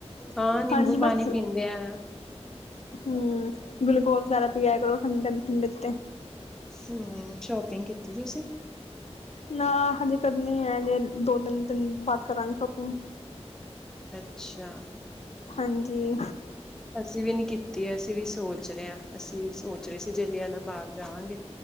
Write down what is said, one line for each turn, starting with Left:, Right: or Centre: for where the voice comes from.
Centre: ਹਾਂ ਨਿੰਬੂ
Left: ਹਾਂਜੀ
Centre: ਪਾਣੀ
Left: ਬਸ
Centre: ਪੀਂਦੇ ਆ
Left: ਹੂੰ ਗੁਲੂਕੋਜ਼ ਜ਼ਿਆਦਾ ਪੀਆ ਕਰੋ ਠੰਡੀ-ਠੰਡੀ ਠੰ
Centre: ਹੂੰ, ਸ਼ੋਪਿੰਗ ਕੀਤੀ ਤੁਸੀਂ?
Left: ਨਾ ਹਜੇ ਕਰਨੀ ਐ ਹੈਜੇ ਦੋ-ਤਿੰਨ ਦਿਨ ਬਾਅਦ ਕਰਾਂਗੇ ਸ਼ੋਪਿੰਗ।
Centre: ਅੱਛਾ।
Left: ਹਾਂਜੀ।
Centre: ਅਸੀਂ ਵੀ ਨੀ ਕੀਤੀ, ਅਸੀਂ ਵੀ ਸੋਚ ਰਹੇ ਆ, ਅਸੀਂ ਵੀ ਸੋਚ ਰਹੇ ਸੀ ਜਲਿਆਂ ਆਲਾ ਬਾਗ ਜਾਵਾਂਗੇ,